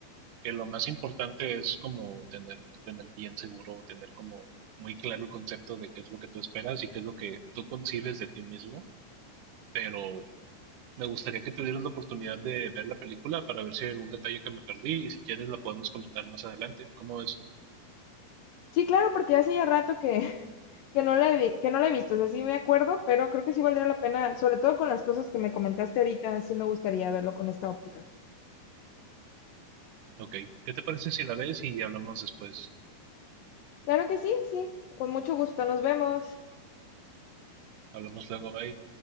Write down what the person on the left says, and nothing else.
Sí, claro, porque hace ya rato que, <laughs> que no la he, vi- que no la he visto, o sea, sí me acuerdo, pero creo que sí valdría la pena, sobre todo con las cosas que me comentaste ahorita, sí me gustaría verlo con esta óptica.
Claro que sí, sí, con mucho gusto, nos vemos.